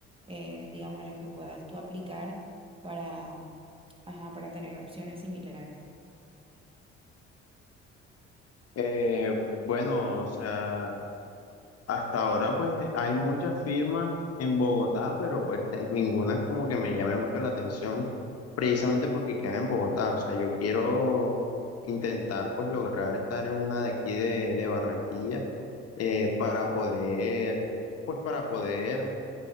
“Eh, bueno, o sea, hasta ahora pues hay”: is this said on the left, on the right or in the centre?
Left